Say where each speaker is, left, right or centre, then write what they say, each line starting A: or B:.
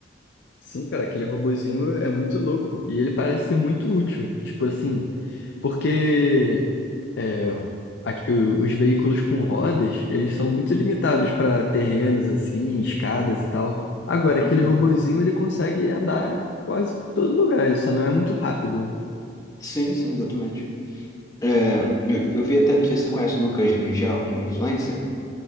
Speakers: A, on the left; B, on the left.
A: Sim, cara, aquele robozinho é muito louco. E ele parece ser muito útil. Tipo assim, porque é, aqui- o- os veículos com rodas, eles são muito limitados para terrenos, assim, escadas e tal. Agora,
B: Uhum.
A: aquele robozinho, ele consegue andar quase por todo lugar. Ele só não é muito rápido, né?
B: Sim, sim, exatamente. É, eu, eu vi até, não sei se tu conhece o Lucas Rangel, um influencer,